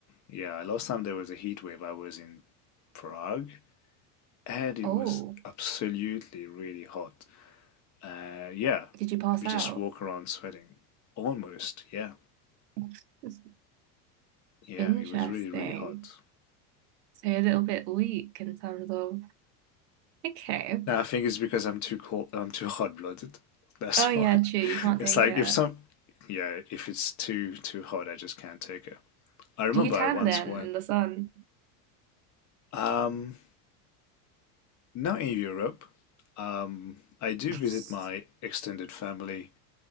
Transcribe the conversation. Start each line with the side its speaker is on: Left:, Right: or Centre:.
Left: yeah, last time there was a heat wave, I was in Prague and it
Right: Oh,
Left: was absolutely really hot. Uh, yeah,
Right: did you pass
Left: we just
Right: out?
Left: walk around sweating. Almost, yeah,
Right: <laughs>
Left: yeah.
Right: Interesting.
Left: It was really, really hot.
Right: So you're a little bit weak in terms of. Okay.
Left: Now I think it's because I'm too cold. I'm too <laughs> hot-blooded. That's
Right: Oh yeah,
Left: why.
Right: true. You
Left: <laughs>
Right: can't
Left: It's
Right: take
Left: like
Right: it.
Left: if some, yeah, if it's too too hot, I just can't take it. I remember
Right: Do you tan
Left: I once
Right: then
Left: went.
Right: in the sun?
Left: Um, not in Europe. Um, I do
Right: <laughs>
Left: visit my extended family